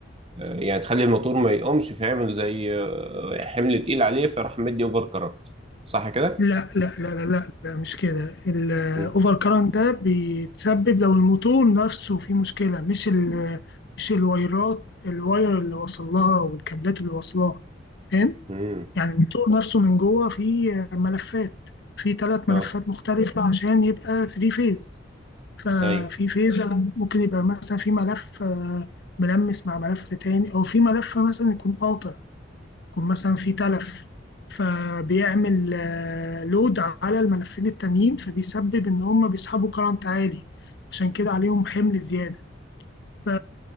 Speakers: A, on the right; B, on the left.
A: يعني تخلي الموتور ما يقومش فيعمل زي آه حمل تقيل عليه فراح مدي اوفر كارنت صح كده؟
B: لا لا لا لا لا, لا مش كده الاوفر
A: مم.
B: كارنت ده بيتسبب لو الموتور نفسه فيه مشكلة مش ال مش الوايرات الواير اللي وصل لها والكابلات اللي وصلها فاهم
A: مم.
B: يعني الموتور نفسه من جوه فيه ملفات فيه ثلاث
A: اه
B: ملفات مختلفة مم. عشان يبقى 3 فيز ففي
A: ايوه
B: فيز مم. ممكن يبقى مثلا في ملف آه، ملمس مع ملف تاني او في ملف مثلا يكون قاطع يكون مثلا في تلف فبيعمل آه، لود على الملفين التانيين فبيسبب ان هم بيسحبوا كرنت عالي عشان كده عليهم حمل زيادة ف-